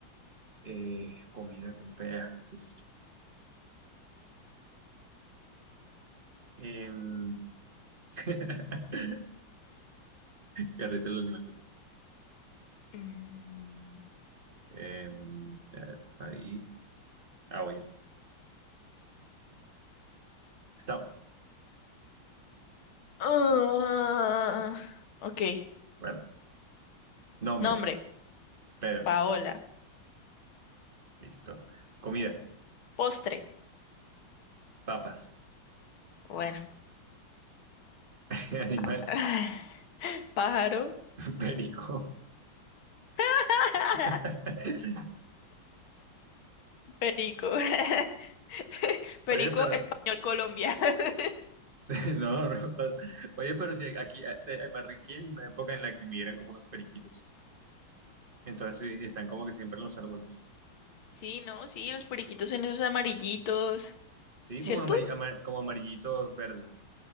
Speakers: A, on the right; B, on the left.
A: eh, comida con P, ah, listo. Em, <laughs> Qué risa el animal.
B: Mm.
A: Em, Eh, a ver, país. Ah, oye. Stop.
B: Ah, ok.
A: Bueno, nombre.
B: Nombre,
A: Pedro.
B: Paola.
A: Listo. Comida.
B: Postre.
A: Papas.
B: Bueno.
A: <laughs> Animal.
B: <sighs> Pájaro.
A: Perico.
B: <laughs>
A: <laughs>
B: Perico. <laughs> Perico,
A: Oye, pero.
B: español, Colombia. <laughs>
A: <laughs> No, no. Oye, pero si aquí eh, eh, en Barranquilla hay una época en la que migran como unos periquitos. Entonces sí, están como que siempre en los árboles.
B: Sí, no, sí, los periquitos son esos amarillitos,
A: Sí,
B: ¿cierto?
A: como, amari- amar- como amarillitos verdes.